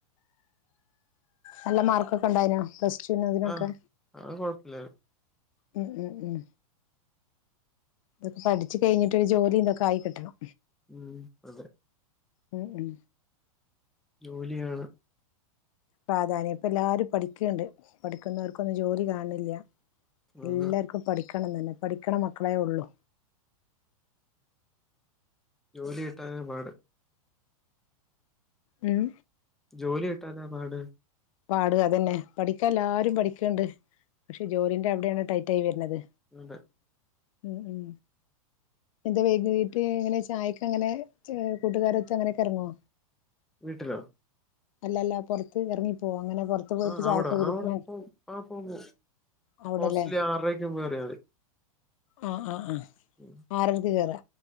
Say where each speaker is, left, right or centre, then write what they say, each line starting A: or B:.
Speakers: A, on the left; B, in the centre.
A: നല്ല മാർക്കൊക്കെ ഇണ്ടായിനാ പ്ലസ് ടുവിനും ഇതിനൊക്കെ
B: ആഹ് അത് കൊഴപ്പില്ലാര്ന്ന്.
A: ഉം ഉം ഉം ഇതൊക്കെ പഠിച്ച് കഴിഞ്ഞിട്ട് ഒരു ജോലി ഇതൊക്കെ ആയി കിട്ടണം.
B: ഉം അതെ.
A: ഉം ഉം
B: ജോലി വേണം.
A: പ്രാധാന്യം ഇപ്പൊ എല്ലാരും പഠിക്ക്ണ്ട് പഠിക്കുന്നോർക്കൊന്നും ജോലി കാണണില്ല. എല്ലാർക്കും
B: അതാ
A: പഠി ഠിക്കണന്നെന്ന പഠിക്കണ മക്കളേ ഉള്ളൂ.
B: ജോലി കിട്ടാനാ പാട്.
A: ഉം
B: ജോലി കിട്ടാനാ പാട്
A: പാട് അതെന്നെ പഠിക്കാൻ എല്ലാരും പഠിക്ക്ണ്ട് പക്ഷേ ജോലിന്റെ അവിടെയാണ് ടൈറ്റ് ആയി വരുന്നത്.
B: അതെ.
A: ഉം ഉം എന്താ വൈകീട്ട് എങ്ങനെ ചായക്ക് എങ്ങനെ ഏഹ് കൂട്ടുകാരൊത്ത് അങ്ങനെയൊക്ക ഇറങ്ങോ?
B: വീട്ടിലോ?
A: അല്ലല്ല പുറത്ത് ഇറങ്ങി പോവോ അങ്ങനെ? പുറത്ത് പോയിട്ട്
B: ആ
A: ചായക്കെ
B: അവിടെ
A: കുടിക്കണ
B: അവിടെ പോവും ആ പോവും പോവും
A: അവിടെല്ലേ
B: ഹോസ്റ്റലിൽ ആറരക്ക് മുൻപ് കേറിയാ മതി.
A: ആ ആ ആ
B: ഉം.
A: ആറരക്ക് കേറാ